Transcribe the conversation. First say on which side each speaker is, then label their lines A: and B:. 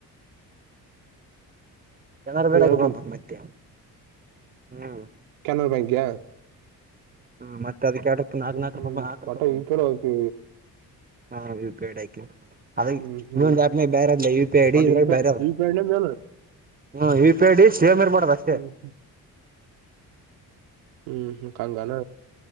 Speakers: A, on the right; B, on the right.
A: ಕೆನರಾ ಬ್ಯಾಂಕ್
B: ಇವಾಗ
A: ಬಂದದ್
B: ಬರ್
A: ಮತ್ತೆ ಹ್ಮ್
B: ಕೆನರ ಬ್ಯಾಂಕ್ಯಾ
A: ಹ್ಮ ಮತ್ತೆ ಅದಕ್ಕೆಡ ನಾಕ ನಾಕ
B: ಹ್ಮ್
A: ರೂಪ ನಾಲ್ಕ ರೂಪ
B: ಒಟ
A: ಬ
B: ಯು ಪಿ
A: ಹಾ ವಿೂಪೇಡ ಆಯಕು ಅದ
B: ಐ ಹ್ಮ್ ಹ್ಮ್
A: ಇನ ಬೇರೆದ ಪಿಡಿ
B: ಒಟ
A: ಇದ್ರಾಗ
B: ಯು ಪಿ
A: ಬೇರೆ
B: ಐ
A: ಅದ
B: ಯು ಪಿ ಐ ನ ಮೇನ್
A: ಹ್ಮ ಇಪೇಡ್ ಸೇಮ್ ಇರ್ಬಾರಡ್ದ ಅಷ್ಟೇ
B: ಹ್ಮ್ ಹ್ಮ್ ಕಂಗಾನ